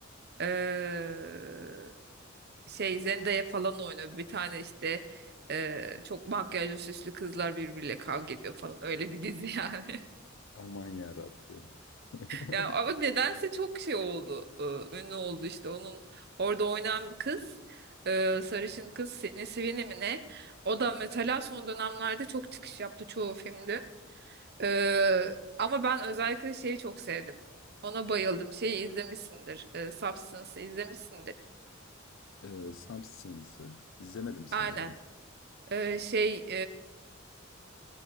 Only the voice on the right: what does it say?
Eee, şey Zendaya falan oynuyor. Bir tane işte e, çok makyajlı süslü kızlar birbiriyle kavga ediyor falan öyle bir dizi yani. <laughs>
Ya ama nedense çok şey oldu. e, ünlü oldu işte onun orada oynayan bir kız. e, sarışın kız Sydney Sweeney mi ne? O da mesela son dönemlerde çok çıkış yaptı çoğu filmde. E, ama ben özellikle şeyi çok sevdim. Ona bayıldım. Şeyi izlemişsindir. E, Substance'ı izlemişsindir.
Aynen. E, şey